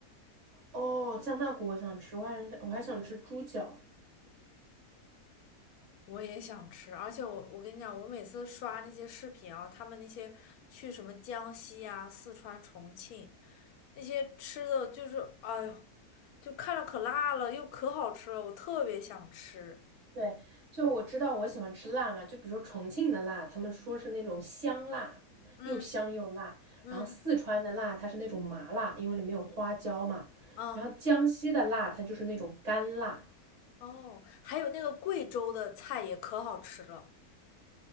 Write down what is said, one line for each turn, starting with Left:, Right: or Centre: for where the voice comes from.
Right: 哦，酱大骨我想吃，我还我还想吃猪脚。
Left: 我也想吃，而且我我跟你讲，我每次刷那些视频啊，他们那些去什么江西啊、四川、重庆那些吃的，就是哎呦，就看着可辣了，又可好吃了，我特别想吃。
Right: 对，就我知道我喜欢吃辣嘛，就比如说重庆的辣，他们说是那种香辣，
Left: 嗯
Right: 又香又辣。
Left: 嗯
Right: 然后四川的辣，它是那种麻辣，因为里面有花椒嘛。
Left: 嗯，
Right: 然后江西的辣，它就是那种干辣。
Left: 哦，还有那个贵州的菜也可好吃了，